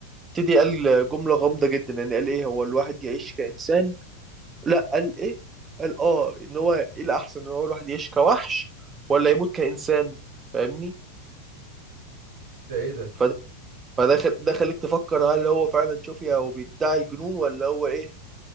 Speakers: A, on the right; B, on the right.
A: ابتدي قال جملة غامضة جدا يعني قال ايه هو الواحد يعيش كإنسان لا قال ايه قال اه ان هو ايه الأحسن ان هو الواحد يعيش كوحش ولا يموت كإنسان فاهمني
B: ده ايه ده
A: فده فده خل... ده خليك تفكر هل هو فعلا شوفي او بيدعي الجنون ولا هو ايه